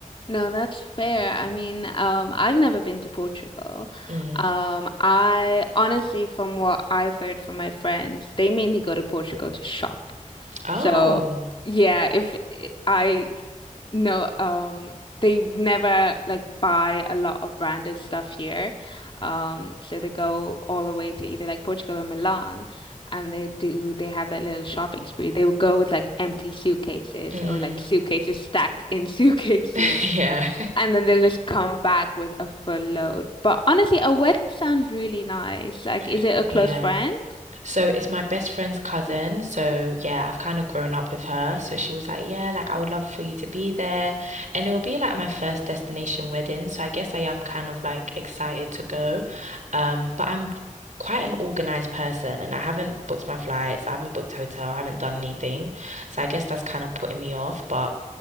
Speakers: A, on the left; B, on the right.
A: No, that's fair. I mean, um, I've never been to Portugal.
B: Mm.
A: Um, I honestly, from what I've heard from my friends, they mainly go to Portugal to shop.
B: Oh.
A: So, yeah, if I No, um, they never like buy a lot of branded stuff here. Um, so they go all the way to either like Portugal or Milan and they do they have that little shopping spree. They would go with like empty suitcases
B: Mm.
A: or like suitcases stacked in <laughs> suitcases
B: <laughs> Yeah.
A: and then they'll just come back with a full load. But honestly, a wedding sounds really nice. Like, is
B: <laughs>
A: it a close
B: Yeah.
A: friend?
B: So it's my best friend's cousin. So yeah, I've kind of grown up with her. So she was like, yeah, like I would love for you to be there. And it will be like my first destination wedding. So I guess I am kind of like excited to go. Um, but I'm quite an organized person and I haven't booked my flights, I haven't booked hotel, I haven't done anything. So I guess that's kind of putting me off, but